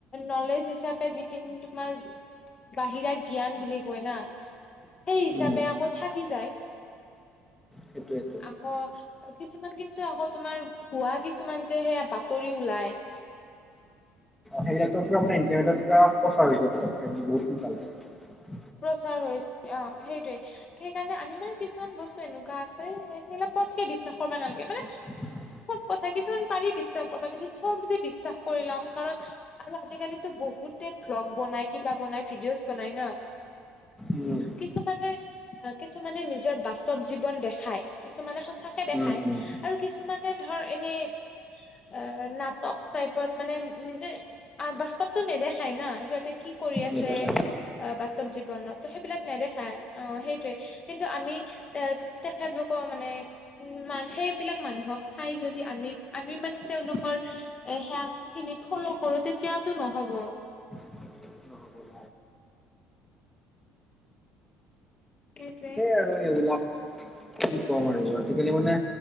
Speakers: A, on the left; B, in the centre.
A: নলেজ হিচাপে যিখিনি তোমাৰ। বাহিৰা জ্ঞান বুলি কয় না। সেই হিচাপে
B: উম
A: আকৌ থাকি যায়।
B: সেইটোৱেতো
A: আকৌ কিছুমান কিন্তু আকৌ তোমাৰ পুৱা কিছুমান যে সেয়া বাতৰি। নোলাই।
B: সেইবিলাকো পৰা মানে ইণ্টাৰনেটৰ পোৱা প্ৰচাৰ হৈ যায় পতকে মানে বহুত সোনকালে।
A: প্ৰচাৰ হৈ অ সেইটোয়ে। সেইকাৰণে আমি বাৰু কিছুমান বস্তু এনেকুৱা আছে। এই এইবিলাক পতকে বিশ্বাস কৰবা নালাগে।
B: <inaudible>
A: মানে চব কথা কিছুমান পাৰি বিশ্বাস কৰা। কিন্তু চব যে বিশ্বাস কৰি ল'ম কাৰণ আৰু আজিকালিতো। বহুতে ভ্লগ বনাই কিবা বনাই ভিডিঅ'জ বনাই ন
B: উম।
A: কিছুমানে আহ কিছুমানে নিজৰ বাস্তৱ জীৱন দেখাই কিছুমানে সচা। চাকে দেখায়।
B: উম উম
A: আৰু কিছুমানে ধৰ এনেই অ নাটক টাইপত মানে, নিজে বাস্তৱতটো নেদেখায় না সিহঁতে। কি কৰি আছে
B: নেদেখাই
A: বাস্তৱ জীৱনত ত সেইবিলাক নেদেখায় অ সেইটোয়ে কিন্তু আমি এ তেখেতলোকৰ মানে মান সেইবিলাক মানুহক চাই যদি আমি আমি মানে তেওঁলোকৰ এ সেয়া খিনিত ফলো কৰো তেতিয়াতটো নহ'ব
B: <inaudible>
A: সেইটোৱে
B: আৰু এইবিলাক কি ক'ম আৰু আজিকালি মানে